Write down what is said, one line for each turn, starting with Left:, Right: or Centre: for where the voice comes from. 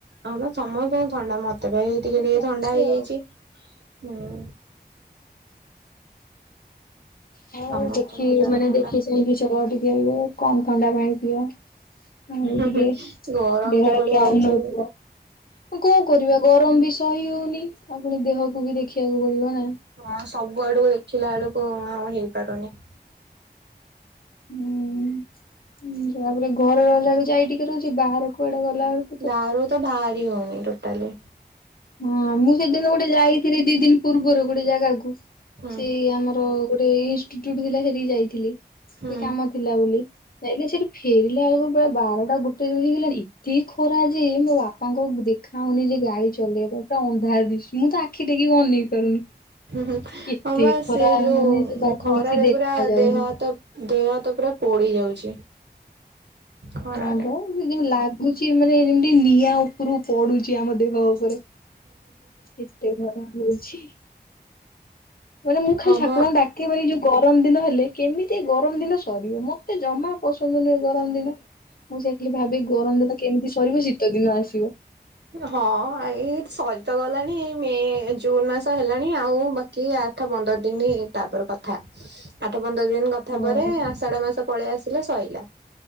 Right: ହଁ ପା ସମସ୍ତଙ୍କୁ ଥଣ୍ଡା ମତେ ପା ହେଇ
Left: ଏମିତି
Right: ଟିକେ ଟିକେ
Left: ଚାଲିଛି
Right: ଥଣ୍ଡା ହେଇଯାଇଛି
Left: ଆଉ।
Right: ହୁଁ।
Left: ହଉ
Right: ସମସ୍ତଙ୍କୁ
Left: ଦେଖି
Right: ଜର
Left: ମାନେ
Right: ଥଣ୍ଡା
Left: ଦେଖି ଚାହିଁକି ଚଳ ଟିକେ ଏବେ କମ ଥଣ୍ଡା ପାଣି ପିଅ। ଆଉ
Right: ହୁଁ
Left: ଟିକେ
Right: ହୁଁ ଗରମ
Left: ଦେହର
Right: ଯୋଉ ଭଳିଆ
Left: ଖିଆଲ୍
Right: ହଉଛି
Left: ନୋଉଥିବ।
Right: ହୁଁ
Left: କଣ କରିବା ଗରମ ବି ସହି ହଉନି ପୁଣି ଣ ଦେହକୁ ବି ଦେଖିବାକୁ ପଡିବ ନା।
Right: ହଁ ସବୁ ଆଡକୁ ଦେଖିଲା ବେଳକୁ ଆଉ ହେଇପାରୁନି।
Left: ହୁଁ ତାପରେ ଘରେ ରହିଲା ବି ଯାଇ ଟିକେ ରହୁଛି ବାହାର କୁଆଡେ ଗଲାବେଳୁ
Right: ବାହାରକୁ ତ ବାହାରି ହେଉନି ଟୋଟାଲେ।
Left: ହଁ ମୁଁ ସେଦିନ ଗୋଟେ ଯାଇଥିଲି ଦି ଦିନ। ପୂର୍ବରୁ ଗୋଟେ ଜାଗାକୁ
Right: ହୁଁ
Left: ସେଇ ଆମର ଗୋଟେ ଇନଷ୍ଟିୁଟୁଟ ଥିଲା ସେଠିକି ଯାଇଥିଲି। ସେ
Right: ହୁଁ
Left: କାମ ଥିଲା ବୋଲି। ନାଇଁ ସେଠି ଫେରିଲା ବେଳକୁ ପ ବାରଟା ଗୋଟେ ହେଇଗଲାଣି ଏତେ ଖରା ଯେ ମୋ ବାପାଙ୍କ ଦେଖା ଆଉନି ଯେ ଗାଡି ଚଲେଇବା ପାଇଁ ପୁରା ଅନ୍ଧାର ଦିଶ ମୁଁ ତ ଆଖି ଟେକିକି ଅନେଇ ପାରୁନି।
Right: ହୁଁ ହୁଁ
Left: ଏତେ
Right: ଆମର
Left: ଖରା
Right: ସେ ଯୋଉ
Left: ମାନେ ବାଟରେ
Right: ଖରାରେ
Left: କିଛି ଦେଖା
Right: ପୁରା
Left: ଯାଉନି।
Right: ଦେହ ହାତ ଦେହ ହାତ ପୁରା ପୋଡି ଯାଉଛି। ଖରାରେ
Left: ହଁ ବା ଯେନ୍ତି ଲାଗୁଛି ମାନେ ଯେମତି ନିଆଁ ଉପ୍ ପରୁ ପଡୁଛି ଆମ ଦେହ ଉପରେ ଏତେ ଖରା ହଉଛି। ମାନେ ମୁଁ ଖାଲି
Right: ହଁ
Left: ଠାକୁରଙ୍କୁ
Right: ମ
Left: ଡାକ କେ ଯୋଉ ଗରମ ଦିନ ହେଲେ କେମିତି ଏ ଗରମ ଦିନ ସରିବ ମତେ ଜମା ପସନ୍ଦ ନୁହେ ଏ ଗରମ ଦିନ। ମୁଁ ସେଇ କିଲି ଭାବେ ଗରମ ଦିନ କେମିତି ସରିବ ଶୀତ ଦିନ ଆସିବ।
Right: ହଁ ଏଇ ସରି ତ ଗଲାଣି ଏଇ ମେ ଜୁନ ମାସ ହେଲାଣି ଆଉ ବା କି ଆଠ ପନ୍ଦର ଦିନ ତାପର କଥା। ଆଠ ପନ୍ଦର ଦିନ କଥା
Left: ହଁ
Right: ପରେ ଆଷାଢ ମାସ ପଳେଇ ଆସିଲେ ସଇଲା।